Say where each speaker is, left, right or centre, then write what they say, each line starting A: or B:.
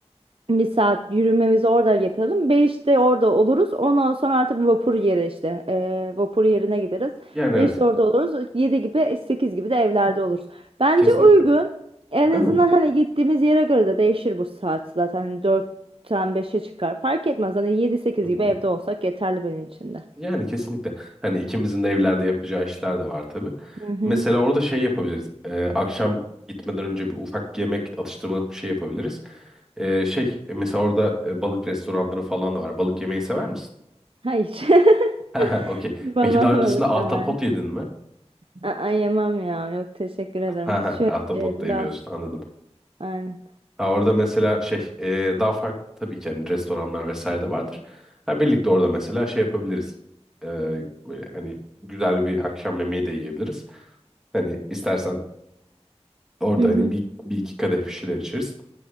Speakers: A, on the right; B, in the centre.
A: bir saat yürümemizi orada yapalım. Beşte orada oluruz. Ondan sonra artık vapur yeri işte. eee, vapur yerine gideriz.
B: Yani
A: Beşte
B: evet.
A: orada oluruz. Yedi gibi, sekiz gibi de evlerde oluruz. Bence
B: Kesinlikle.
A: uygun. En
B: Değil
A: azından
B: mi?
A: hani gittiğimiz yere göre de değişir bu saat zaten. Hani dörtten beşe çıkar. Fark etmez. Hani yedi sekiz
B: Hı
A: gibi
B: hı.
A: evde olsak yeterli benim için de.
B: Yani kesinlikle. Hani ikimizin de evlerde yapacağı işler de var tabii.
A: Hı hı.
B: Mesela orada şey yapabiliriz. Ee, akşam gitmeden önce bir ufak yemek, atıştırmalık bir şey yapabiliriz. Ee, şey, e, mesela orada e, balık restoranları falan da var. Balık yemeyi sever misin? <laughs>
A: Hayır.
B: Ha
A: <laughs>
B: ha, okey.
A: Bana
B: Peki daha
A: havalık
B: öncesinde ahtapot
A: deme.
B: yedin mi?
A: Aa, yemem ya. Yok teşekkür ederim.
B: Ha
A: Hiç
B: ha,
A: şöyle
B: ahtapot
A: e, biraz.
B: da yemiyorsun, anladım.
A: Aynen.
B: Ha, orada mesela şey, e, daha farklı tabii ki hani restoranlar vesaire de vardır. Ha, birlikte orada mesela şey yapabiliriz. Ee, böyle hani güzel bir akşam yemeği de yiyebiliriz. Hani istersen Orada
A: Hı
B: hani
A: hı.
B: bir, bir iki kadeh bir şeyler içeriz.